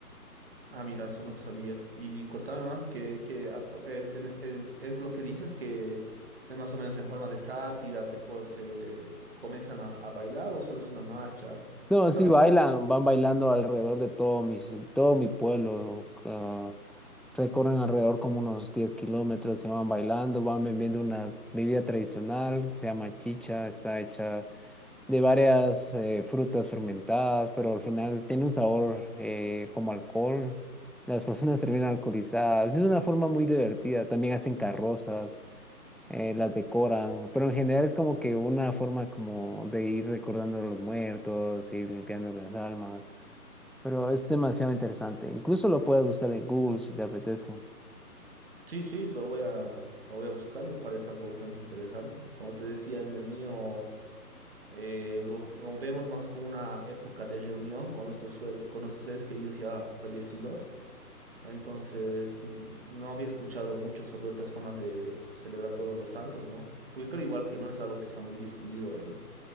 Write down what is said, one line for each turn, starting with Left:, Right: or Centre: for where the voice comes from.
Right: Ah, mira, eso no sabía. Y cuéntame más, que, que ap- eh, en- eh, es lo que dices que es más o menos en forma de sátira, se, po- se comienzan a, a bailar o solo es una marcha.
Centre: No,
Right: Cuéntame
Centre: sí bailan,
Right: más.
Centre: van bailando alrededor de todo mi, todo mi pueblo. ah, recorren alrededor como unos 10 kilómetros y van bailando, van bebiendo una bebida tradicional, se llama chicha, está hecha de varias eh, frutas fermentadas, pero al final tiene un sabor eh, como alcohol. Las personas terminan alcoholizadas. Es una forma muy divertida. También hacen carrozas eh, las decoran, pero en general es como que una forma como de ir recordando a los muertos, ir limpiando las almas, pero es demasiado interesante. Incluso lo puedes buscar en Google si te apetece.
Right: Sí, sí, lo voy a, lo voy a buscar, me parece algo bastante interesante. Como te decía en el mío, eh, lo, lo vemos más como una época de reunión con nuestros, suer- con nuestros seres queridos ya fallecidos. Entonces, n- no había escuchado mucho sobre otras formas de celebrar todos los santos, ¿no? Porque creo igual que no es algo que está muy difundido en,